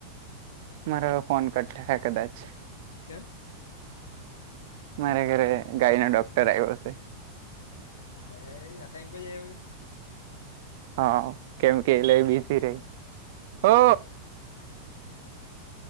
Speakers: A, on the right; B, on the left.
A: મારો હવે ફોન કટ થાહે કદાચ.
B: કેમ?
A: મારે ઘરે ગાય નો ડોક્ટર આવ્યો હશે.
B: એ આ ટાઈમ પર આવ્યો કે.
A: હા કેમ કે લઈ બીજી રહી હો